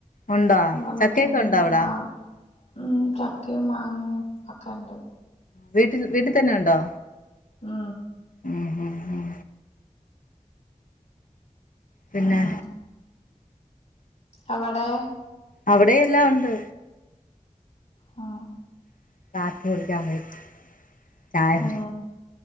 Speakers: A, on the left; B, on the left.
A: ഉണ്ടോ
B: നമ്മളെ വീട്ടിന്ന്
A: ചക്കയൊക്കെ ഉണ്ടോ അവിടാ
B: ആഹ് ഉം ചക്കയും മാങ്ങയും ഒക്കെ ഒണ്ട്
A: വീട്ടിൽ വീട്ടിൽ തന്നെ ഉണ്ടോ
B: ആ
A: ഉം ഉം ഉം പിന്നെ
B: ഉം അവിടെ
A: അവിടെയല്ലാ ഉണ്ട്
B: ആ
A: <unintelligible> ചായ <unintelligible>
B: ഉം